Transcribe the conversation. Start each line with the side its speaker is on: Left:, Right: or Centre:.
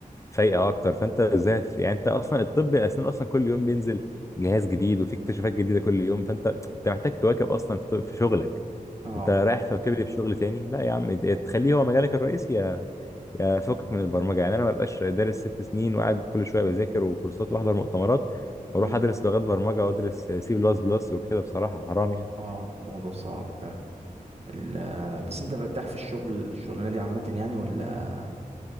Left: فايقه اكتر فانت ازاي هتف- يعني انت اصلا الطب الاسنان اصلا كل يوم بينزل جهاز جديد وفي اكتشافات جديده كل يوم فانت انت محتاج تواكب اصلا في في شغلك
Right: اه
Left: انت رايح تواكب لي في شغل تاني لا يا عم إيه، تخليه هو مجالك الرئيسي يا فكك من البرمجه يعني انا ما بقاش دارس ست سنين وقاعد كل شويه بذاكر وكورسات واحضر مؤتمرات
Right: مم.
Left: واروح ادرس لغات برمجه وادرس سي بلس بلس وكده بصراحه حرام يعني
Right: اه الموضوع صعب فعلا ال- بس انت مرتاح في الشغل الشغلانه دي عامه يعني ولا